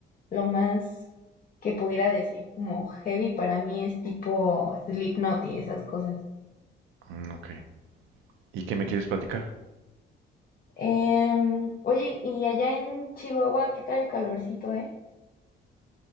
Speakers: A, on the left; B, on the right.
A: lo más que pudiera decir como heavy para mí es tipo Slipknot y esas cosas.
B: Mm, ok. ¿Y qué me quieres platicar?
A: Em, oye, y allá en Chihuahua, ¿qué tal el calorcito, eh?